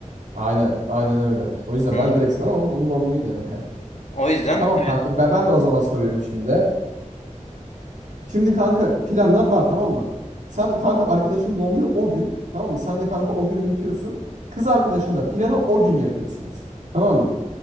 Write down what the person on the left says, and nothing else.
Anladın
mı?
O yüzden
evet,